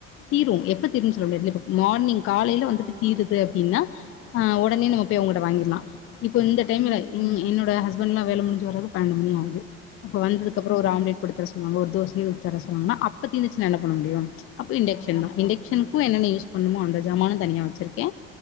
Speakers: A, on the left; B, on the left.
A: தீரு எப்ப தீரும்னு சொல்ல முடியாதுல இப்ப மார்னிங் காலையில வந்துட்டு
B: ஆமா.
A: தீருத் து அப்டின்னா அ உடனே நம்ம போய் அவுங்கிட்ட வாங்கிடலா இப்ப இந்த
B: ம்.
A: டைம்ல இன் என்னோட ஹஸ் பண்ட்ல்லா வேல முடிஞ்சு வரது பன்னெண்டு மணி ஆகுது அப்ப வந்ததுக்கு
B: ம்,
A: அப்பறோ
B: ம்,
A: ஒரு
B: ம்.
A: ஆம்லெட் போட்டுத்தர சொல்லுவாங்க ஒரு தோசையயே ஊத்தி தர சொல்லுவாங்கன அப்ப தீந்திச்சுனா என்ன பண்ண முடியு அப்ப இண்டக்க்ஷன்
B: ஆமா ஒண்ணும்
A: தா
B: பண்ண
A: இண்டக்க்ஷனுக்கு
B: முடியாது.
A: என்னென்ன யூஸ் பண்ணணுமோ அந்த ஜமானு தனியா வச்சிருக்கே